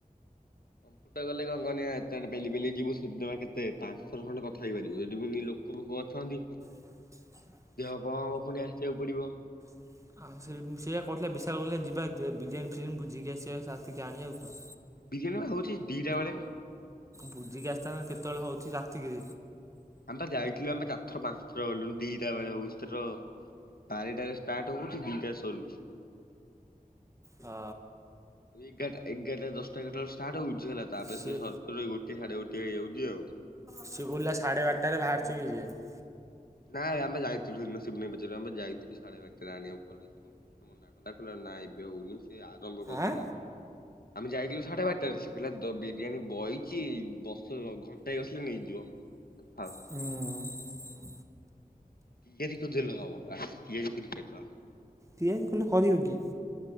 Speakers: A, on the left; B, on the right.
A: କମ୍ପ୍ୟୁଟର ଗଲେ କଣ କହନି ଏତେ ବାଟ ପେଲି ପେଲି ଯିବୁ ସେଠି ଜମା କେତ ପାଞ୍ଚ ଥର ଖଣ୍ଡେ କଥା ହେଇପାରିବୁ ସେଠି ପୁଣି ଲୋକ ପୋକ ଅଛନ୍ତି
B: <inaudible>
A: ଦେହ କଣ ହବ ପୁଣି ଆସିବାକୁ ପଡିବ
B: <inaudible> ଆଁ ସେ ସେଇଆ କହିଥିଲା ବିଶାଳ କହୁଥିଲା ଯିବା ବିରିୟାନୀ ଫିରିୟାନୀ ବୁଝିକି ଆସିବା ସେ ଆସିଛି ଆଣିବାକୁ ତ
A: ବିରିୟାନୀ ପରା ହେଉଛି ଦୁଇଟା ବେଳେ।
B: ବୁଝିକି ଆସିଥାନ୍ତେ କେତେବେଳେ ହଉଛି ରାତିକି
A: ଆମେ ପା ଯାଇଥିଲୁ ଆମେ ଚାରି ଥର ପାଞ୍ଚ ଥର ଗଲୁଣି ଦିଟା ବେଳେ ହଉଛି ତର ବାରେଟାରେ ଷ୍ଟାର୍ଟ ହଉଛି ଦିଇଟା ରେ ସରୁଛି।
B: ଆ
A: ଏଗାରଟା ଏଗାରଟା ଦଶଟା ଏଗାରଟା ବେଳକୁ ଷ୍ଟାର୍ଟ ହଉଛି ହେଲା ତାପରେ
B: ସିଏ
A: ସରୁ ସରୁ ଗୋଟେ, ସାଢ଼େ ଗୋଟେ ହେଇଯାଉଛି ଆଉ।
B: ସିଏ କହୁଥିଲା ସାଢ଼େ ବାରଟା ରେ ବାହାରୁଛି ବିରିଆନୀ।
A: ନାଇଁ ଆମେ ଯାଇଥିଲୁ ସେ ଦିନ‌ ଶିବୁନା ଭାଇ କୁ ପଚାରିବୁ ଆମ ପା ଯାଇଥିଲୁ ସାଢ଼େ ବାରଟା ରେ ଆଣିବାକୁ କଲେଜ ରୁ। ସିଏ ମନା କଲା କହିଲା ଏବେ ସେ ଆରମ୍ଭ କରୁଥିଲା।
B: ଆଁ
A: ଆମେ ଯାଇଥିଲୁ ସାଢ଼େ ବାରଟାରେ ସେ କହିଲା ବିରିୟାନୀ ବଇଛି ବସ ଘଣ୍ଟାଏ ବସିଲେ ହେଇଯିବ। ତାହାଲେ ଥାଉ।
B: ହୁଁ।
A: <unintelligible>
B: ତିଆରି କଲେ କରିବ କିଏ?